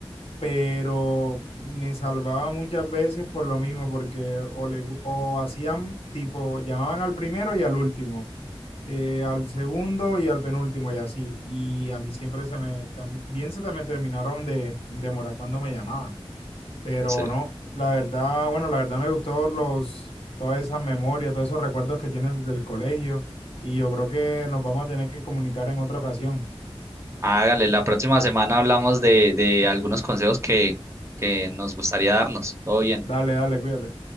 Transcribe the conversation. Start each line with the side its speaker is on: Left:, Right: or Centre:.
Left: pero me salvaba muchas veces por lo mismo, porque o, le, gu- o hacían tipo, llamaban al primero y al último, eh, al segundo y al penúltimo y así, y a mí siempre se me, también se te me terminaron de demorar cuando me llamaban, pero
Right: sí.
Left: no, la verdad, bueno, la verdad me gustó los, todas esas memorias, todos esos recuerdos que tienes desde el colegio, y yo creo que nos vamos a tener que comunicar en otra ocasión.
Right: Hágale, la próxima semana hablamos de, de algunos consejos que, que nos gustaría darnos. Todo bien.
Left: Dale, dale, cuídate.